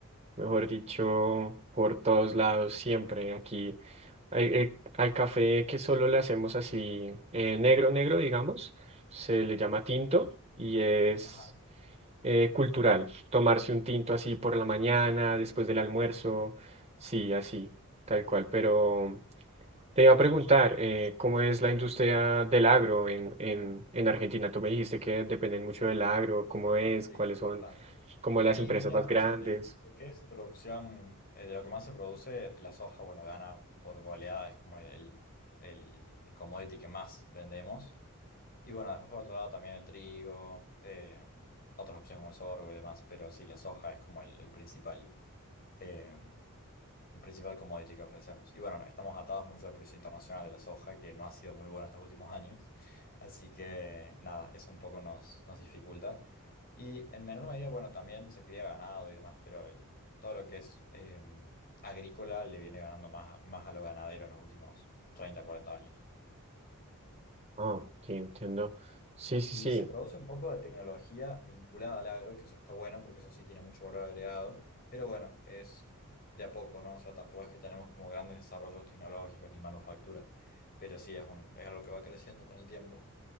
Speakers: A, on the right; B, on the left.
A: mejor dicho, por todos lados, siempre. Aquí al el- al café que solo le hacemos así eh, negro, negro, digamos, se
B: Sí.
A: le llama tinto y es
B: Ajá.
A: eh, cultural. Tomarse un tinto así por la mañana, después del almuerzo, sí, así, tal cual, pero... Te iba a preguntar, eh, ¿cómo es la industria del agro en, en, en Argentina? Tú me dijiste que dependen mucho del agro, ¿cómo es?
B: Sí,
A: ¿Cuáles son
B: bastante.
A: como las
B: Y
A: empresas
B: mira,
A: más grandes?
B: o sea, de lo lo que es producción, eh, de lo que más se produce, la soja, bueno, gana por goleada, es como el, el, el commodity que más vendemos. Y bueno, después por otro lado también el trigo, eh, otras opciones como el sorgo y demás, pero sí, la soja es como el el principal. eh, el principal commodity que ofrecemos. Y bueno, no, estamos atados mucho al precio internacional de la soja, que no ha sido muy bueno estos últimos <laughs> años. Así que nada, eso un poco nos, nos dificulta. Y en menor medida, bueno, también se cría ganado y demás, pero el, todo lo que es eh, agrícola le viene ganando más, más a lo ganadero en los últimos 30 40 años.
A: Oh, ok, entiendo. Sí, sí,
B: Y
A: sí.
B: se produce un poco de tecnología vinculada al agro, que eso está bueno porque eso sí tiene mucho valor agregado, pero bueno, es de a poco, ¿no? O sea, tampoco es que tenemos como grandes desarrollos tecnológicos ni manufacturas, pero sí es un, es algo que va creciendo con el tiempo.